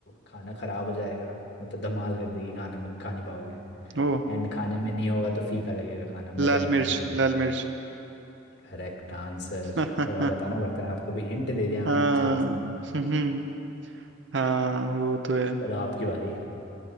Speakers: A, on the left (about 55°); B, on the right (about 60°).
A: खाना खराब हो जाएगा मतलब धमाल कर देगी खाने में खा नहीं पाओगे
B: ओ
A: एंड खाने में नहीं होगा तो फीका लगेगा खाना मजा
B: लाल
A: ही नहीं
B: मिर्च
A: आएगा
B: लाल मिर्च
A: Correct answer
B: <laughs>
A: थोड़ा बताना पड़ता है आपको भी हिंट दे दिया मैंने
B: हाँ
A: अच्छा खासा
B: हम्म, हाँ वो तो है
A: चलो आपकी बारी